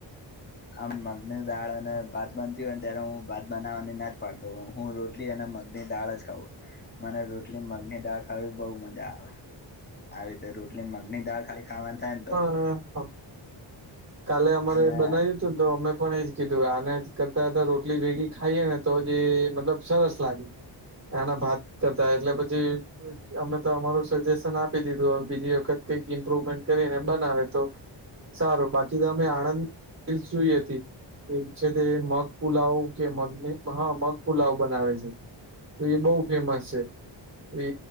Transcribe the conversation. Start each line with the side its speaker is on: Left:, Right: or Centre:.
Left: આમ મગની દાળ અને ભાત બનતી હોય ને ત્યારે હું ભાત બનાવવાની ના જ પાડતો હોઉ. હું રોટલી અને મગની દાળ જ ખાઉં મને રોટલી મગની દાળ ખાવી બઉ મજા આવે. આવી રીતે રોટલી મગની દાળ ખાલી ખાવાની થાય ને તો
Right: હા કાલે અમારે
Left: અને
Right: બનાવ્યું તો દો અમે પણ એજ કીધું આને કરતા તા રોટલી ભેગી ખાઈએ ને તો જે મતલબ સરસ લાગે. એના ભાત કરતા એટલે પછી અમે તો અમારું સજેશન આપી દીધું હવે બીજી વખત કઈક ઈમ્પ્રુવમેન્ટ કરીને બનાવે તો સારું બાકી તો અમે આણંદ કી સુઈ હતી. એક છે તે મગ પુલાવ કે મગને હા મગ પુલાવ બનાવે છે. તો એ બહુ ફેમસ છે એ